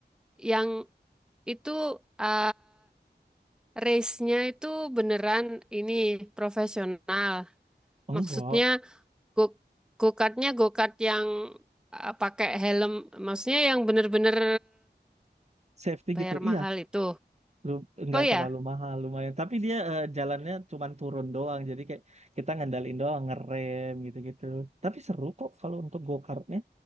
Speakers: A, in the centre; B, on the right (about 40°).
A: Yang Itu eh race-nya itu beneran ini profesional.
B: Enggak,
A: Maksudnya go go-kartnya go-kart yang eh, pakai helm, maksudnya yang bener-bener
B: safety gitu,
A: bayar
B: iya,
A: mahal itu.
B: lu nggak
A: Oh ya,
B: terlalu mahal lumayan, tapi dia eh, jalannya cuman turun doang, jadi kayak kita ngandalin doang ngerem gitu-gitu. Tapi seru kok kalau untuk go-kartnya.